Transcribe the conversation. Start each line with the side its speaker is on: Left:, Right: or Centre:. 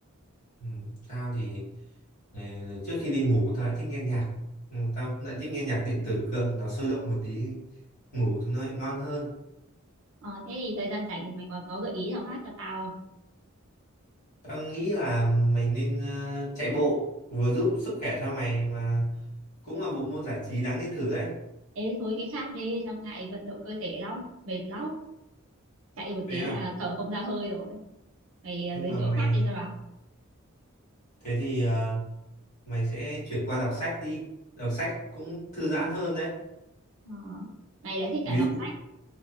Left: Ừ, tao thì ờ, trước khi đi ngủ tao lại thích nghe nhạc ừ, tao lại thích nghe nhạc điện tử cơ nó sôi động một tí ngủ cho nó lại ngon hơn
Right: ờ, thế thì thời gian rảnh thì mày còn có gợi ý nào khác cho tao không?
Left: tao nghĩ là mày nên ờ, chạy bộ vừa giúp sức khỏe cho mày mà cũng là bộ môn giải trí đáng nên thử đấy
Right: ê thôi cái khác đi tao ngại vận động cơ thể lắm mệt lắm chạy một
Left: thế
Right: tí
Left: à
Right: là thở không ra hơi rồi mày ờ,
Left: nhưng
Right: giới
Left: mà
Right: thiệu
Left: mày
Right: khác đi cho nào
Left: thế thì ờ, mày sẽ chuyển qua đọc sách đi đọc sách cũng thư giãn hơn đấy
Right: ờ, mày lại thích
Left: ví
Right: cả đọc
Left: dụ
Right: sách